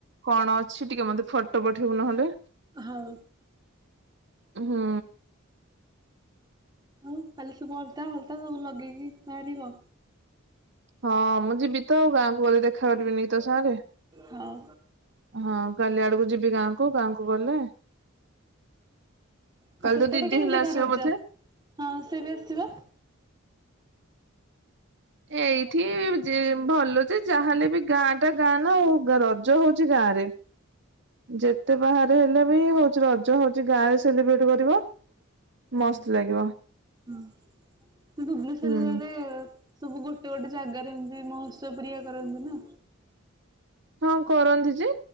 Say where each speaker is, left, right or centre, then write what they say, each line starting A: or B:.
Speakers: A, on the right; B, on the right.
A: କଣ ଅଛି ଟିକେ ମତେ ଫଟୋ ପଠେଇବୁ ନହେଲେ
B: ହଁ।
A: ହୁଁ
B: ଆଉ କାଲି ସବୁ ଅଲତାା ଫଲତାା ସବୁ ଲଗେଇକି ବାହାରିବ
A: ହଁ ମୁଁ ଯିବି ତ ଆଉ ଗାଁକୁ ଗଲି ଦେଖା ରିବିନି ତ ସାଙ୍ଗରେ
B: ହଉ
A: ହଁ କାଲି ଆଡକୁ ଯିବି ଗାଁକୁ ଗାଁକୁ ଗଲେ।
B: ଆଉ
A: କାଲି
B: ସେପଟେ
A: ତୋ ଦିଦି
B: କେମିତି
A: ହେଲେ ଆସିବ
B: ଘରେ ଅ
A: ବୋଧେ?
B: ଯା ହଁ ସିଏ ବି ଆସିବ।
A: ଏଇଠି ଭଲଚ ଯାହାହେଲେ ବି ଗାଁ ଟା ଗାଁ ନା ଆଉ ରଜ ହଉଚ ଗାଁ ରେ। ଯେତେ ବାହାରେ ହେଲେ ବି ହଉଛି ରଜ ହଉଛି ଗାଁରେ ସେଲିବ୍ରେଟ କରିବ। ମସ୍ତ
B: ହୁଁ
A: ଲାଗିବ।
B: ହୁଁ ଭୁବନେଶ୍୍ୱରରେ
A: ହୁଁ
B: ଯରେ ସବୁ ଗୋଟେ। ସେ ଗୋଟେ ଜାଗାରେ ଏମତି ମୋତ୍ସ ପ୍ରିୟା କରନ୍ତୁ ନା।
A: ହଁ କରନ୍ତି ଯେ